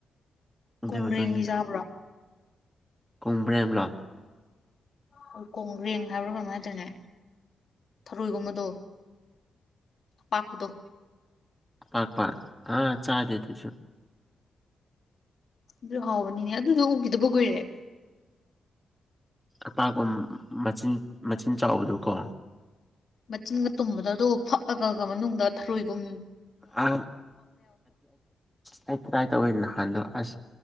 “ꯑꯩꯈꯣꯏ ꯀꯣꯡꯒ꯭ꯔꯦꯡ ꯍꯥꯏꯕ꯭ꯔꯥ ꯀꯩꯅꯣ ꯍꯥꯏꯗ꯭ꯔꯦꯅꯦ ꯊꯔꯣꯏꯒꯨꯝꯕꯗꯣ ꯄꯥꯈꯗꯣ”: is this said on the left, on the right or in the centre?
Left